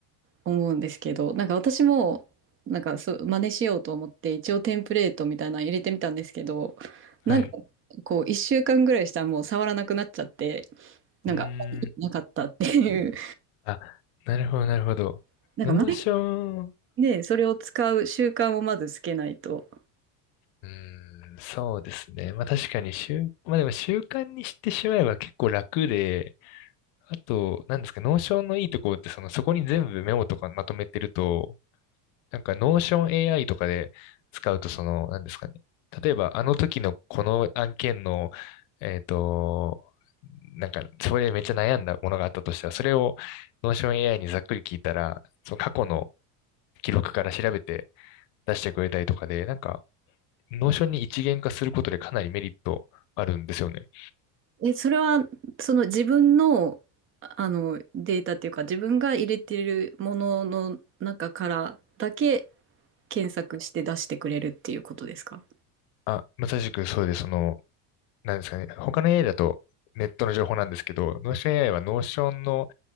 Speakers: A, on the right; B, on the left.
A: 思うんですけど、なんか私も、なんかそう、真似しようと思って、一応テンプレートみたいなの入れてみたんですけど、
B: <laughs> はい。
A: なんか、こう、一週間ぐらいしたらもう触らなくなっちゃって、なんか、
B: うーん。
A: あんまり意味なかったっていう。
B: あ、なるほど、なるほど。
A: <laughs> なんか前
B: ノーション、
A: にね、それを使う習慣をまずつけないと。
B: うーん、そうですね。まあ確かに習、まあでも習慣にしてしまえば結構楽で、あと、なんですか、ノーションのいいところって、その、そこに全部メモとかまとめてると、なんか、ノーション AI とかで使うと、その、なんですかね。例えば、あの時のこの案件の、えっと、なんか、それでめっちゃ悩んだものがあったとしたら、それをノーション AI にざっくり聞いたら、その過去の記録から調べて出してくれたりとかで、なんか、ノーションに一元化することでかなりメリットあるんですよね。
A: え、それは、その自分の、あの、データっていうか、自分が入れてるものの中からだけ検索して出してくれるっていうことですか
B: あ、まさしくそうで、その、なんですかね。他の AI だとネットの情報なんですけど、ノーション AI はノーションの